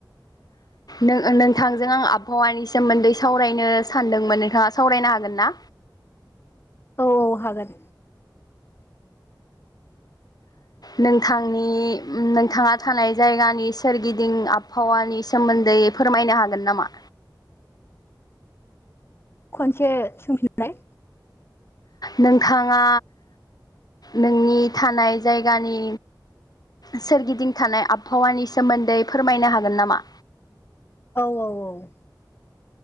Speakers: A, on the left; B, on the left.
A: नो-नोंथांजों आं आबहावानि सोमोन्दै सावरायनो सानदोंमोन नोंथाङा सावरायनो हागोन ना?
B: औ औ हागोन।
A: नोंथांनि नोंथाङा थानाय जायगानि सोरगिदिं आबहावानि सोमोन्दै फोरमायनो हागोन नामा?
B: खनसे सोंफिनलाय।
A: नोंथाङा नोंनि थानाय जायगानि सोरगिदिं थानाय आबहावानि सोमोन्दै फोरमायनो हागोन नामा?
B: औ औ औ।